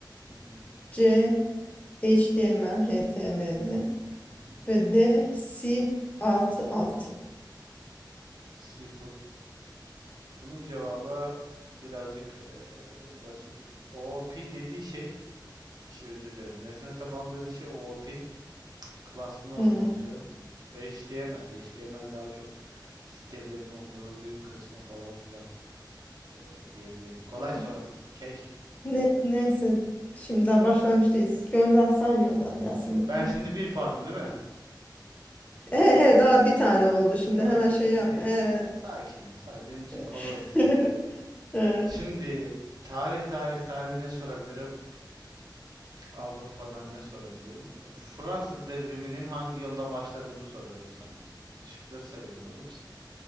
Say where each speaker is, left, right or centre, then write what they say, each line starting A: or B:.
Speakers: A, on the right; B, on the left.
A: Hı hı.
B: C. HTML, HTML
A: Hı hı.
B: ve D. C++. altı altı.
A: C++. Bunun cevabı birazcık eee, basit. OOP dediği şey, şey özür dilerim. Nesne tabanlı dediği şey OOP. Class plus
B: Hmm.
A: mantığı. HTML. HTML daha çok sitelerin o gördüğün kısmı falan filan eee, diyebilirim. Kolay
B: Hmm.
A: soru. Cake.
B: Ne, neyse. Şimdi daha başlangıçtayız. Gönder sen gönder gelsin bakalım.
A: Ben şimdi bir puanım değil mi?
B: E,
A: Bakın.
B: he, daha bir tane oldu. Şimdi
A: Ya,
B: hemen
A: ya-
B: şey yapma. E,
A: sakin ol. Sakin. Benim için
B: e.
A: kolay olacak.
B: <laughs> E,
A: Şimdi tarih tarih tarih ne sorabilirim? Avrupa'dan ne sorabilirim? Fransız devriminin hangi yılda başladığını soruyorum sana. Şıkları sayıyorum. Hazır mısın?